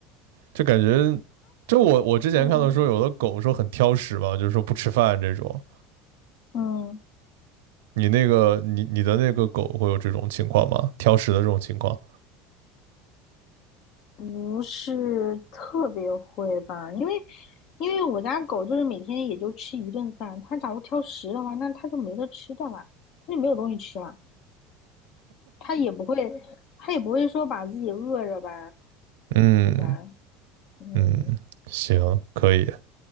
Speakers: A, on the right; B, on the left.
A: 就感觉，就我我之前看到说有的狗说很挑食嘛，
B: 嗯
A: 就是说不吃饭这种。
B: 嗯，
A: 你那个你你的那个狗会有这种情况吗？挑食的这种情况？
B: 不是特别会吧，因为因为我家狗就是每天也就吃一顿饭，它假如挑食的话，那它就没得吃的了，它就没有东西吃了，它也不会，它也不会说把自己饿着吧，
A: 嗯
B: 对吧？嗯
A: 嗯，行，可以。